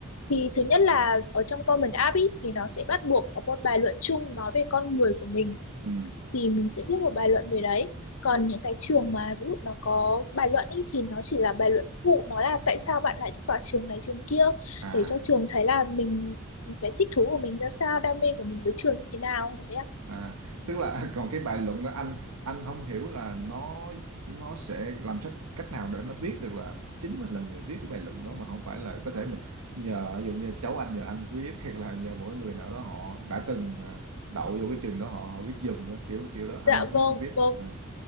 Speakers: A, on the left; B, on the right.
A: Thì thứ nhất là ở trong Common App ý, thì nó sẽ bắt buộc có một bài luận chung nói về con người của mình
B: Ừ.
A: thì mình sẽ viết một bài luận về đấy còn những cái trường mà ví dụ nó có bài luận ý, thì nó chỉ là bài luận phụ nó là tại sao bạn lại thích vào trường này trường kia
B: À
A: để cho trường thấy là mình cái thích thú của mình ra sao đam mê của mình với trường như thế nào đấy ạ
B: À, tức là <laughs> còn cái bài luận đó anh anh không hiểu là nó nó sẽ làm sách cách nào để nó biết được là chính mình là người viết cái bài luận đó mà không phải là có thể mình nhờ ví dụ như cháu anh nhờ anh viết hay là nhờ mỗi người nào đó họ đã từng à, đậu vô cái trường đó họ họ viết giùm á, kiểu kiểu đó anh
A: Dạ
B: không
A: vâng,
B: không biết
A: vâng.
B: à.